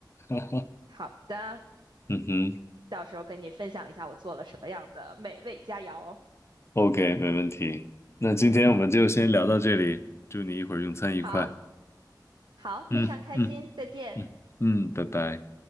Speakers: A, on the left; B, on the right.
A: <laughs>
B: 好的，
A: 嗯哼
B: 到时候跟你分享一下我做了什么样的美味佳肴。
A: ，OK，没问题。那今天我们就先聊到这里，祝你一会儿用餐愉快。
B: 好，好，
A: 嗯嗯。
B: 非常开心，再见。
A: 嗯嗯，拜拜。